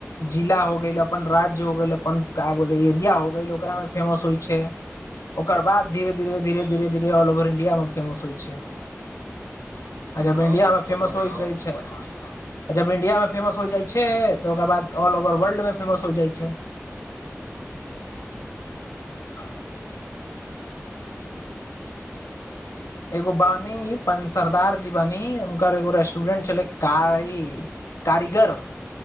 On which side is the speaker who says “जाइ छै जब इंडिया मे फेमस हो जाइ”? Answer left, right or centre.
Left